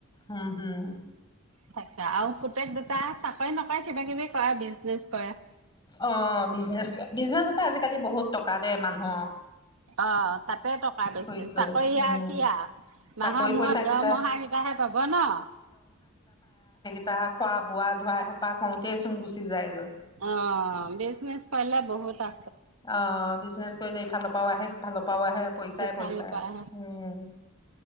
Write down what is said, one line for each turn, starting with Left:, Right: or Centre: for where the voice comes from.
Left: হম, হম।
Right: থাকা। আৰু পুতেক দুটা চাকৰি নকৰে কিবা কিবি কৰে। বিজনেজ কৰে।
Left: অ, বিজনেছ। বিজনেছতে আজিকালি বহুত টকা দে। মানুহৰ
Right: অ, তাতে টকা
Left: চাকৰিতকৈ
Right: বেছি। চাকৰি
Left: উম
Right: আ কি আ?
Left: চাকৰি
Right: মাহৰ মূৰত
Left: পইচা কেইটা
Right: দহমহা কেইটাহে পাব ন।
Left: তাৰ খোৱা, বোৱা, ধুৱা এসোপা কওঁতে চুন গুচি যায়গৈ।
Right: অ। অ বিজনেছ কৈলে বহুত আ।
Left: অ বিজনেছ। কৈলে ইফালৰ পৰাও আহে সিফালৰ পৰাও আহে। পইচাই
Right: সিফালৰ
Left: পইচা,
Right: পৰা
Left: উম